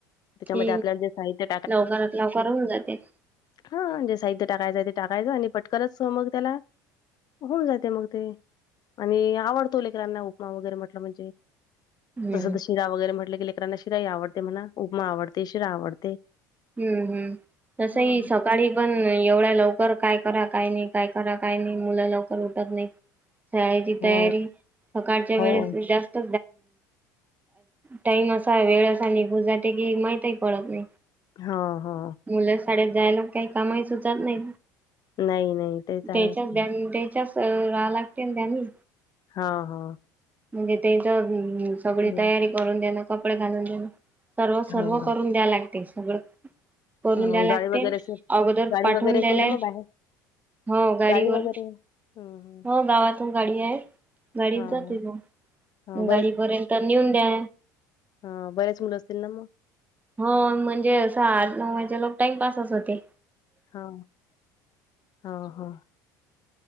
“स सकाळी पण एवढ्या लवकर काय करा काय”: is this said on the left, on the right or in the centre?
Right